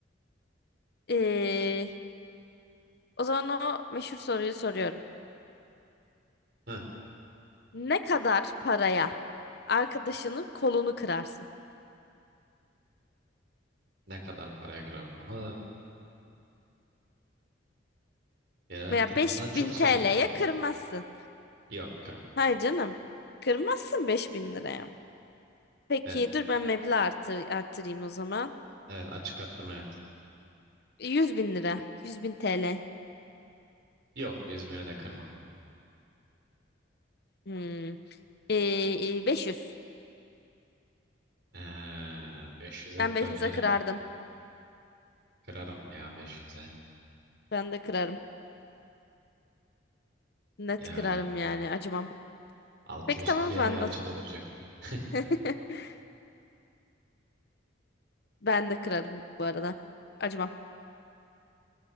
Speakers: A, on the left (about 55°); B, on the right (about 60°).
A: Ee, o zaman o meşhur soruyu soruyorum.
B: Heh,
A: Ne kadar paraya arkadaşının kolunu kırarsın?
B: ne kadar paraya kırarım. Ama genel
A: Veya 5000
B: buna çok
A: TL'ye
B: söylerim ki.
A: kırmazsın.
B: Yok kırma.
A: Hayır canım. Kırmazsın 5000 liraya. Peki
B: Evet,
A: dur ben meblağ artır, artırayım o zaman.
B: evet açık arttırma yapsın.
A: 100 bin lira. yüz bin TL.
B: Yok 100 bine de kırmam.
A: Hmm. Ee, e, beş yüz.
B: Ee, 500'e
A: Ben
B: kırabilirim.
A: beş yüz'e kırardım.
B: Kırarım ya beş yüz'e.
A: Ben de kırarım. Net
B: Yani
A: kırarım yani. Acımam.
B: altı
A: Peki
B: üstü
A: tamam o
B: bir
A: zaman
B: ay alçada
A: da.
B: duracak. <laughs>
A: <laughs> Ben de kırarım bu arada. Acımam.